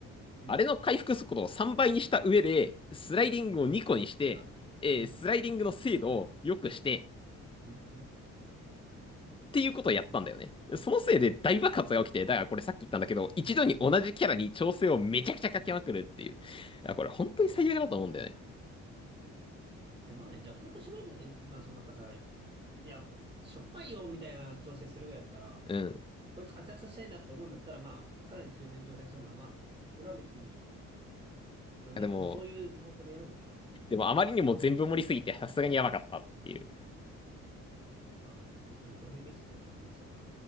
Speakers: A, on the right; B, on the left.
A: うん。
B: あれの回復速度を3倍にした上で、スライディングを2個にして、
A: あ、あ、
B: えースライディングの精度を良くして、
A: うん、うん、うん。
B: っていうことをやったんだよね。そのせいで大爆発が起きて、だからこれさっき言ったんだけど、一度に同じキャラに調整をめちゃくちゃかけまくるっていう。これ本当に最悪だと思うんだよね。
A: いや、まあ弱体化してくれるんだって、まあそのなんかさ、いや、こうしょっぱいよ、みたいな調整するぐらいだったら、
B: うん。
A: こいつ活躍させたいなって思うんだったら、まあ、かなり強めに調整するのは、まあ、俺は別にいいと。いろんな、
B: でも、
A: まあそういう方向でやるんだったら。
B: でもあまりにも全部盛りすぎてさすがにやばかったっていう。
A: まあ、もちろん調整ミスって調整ミスだから。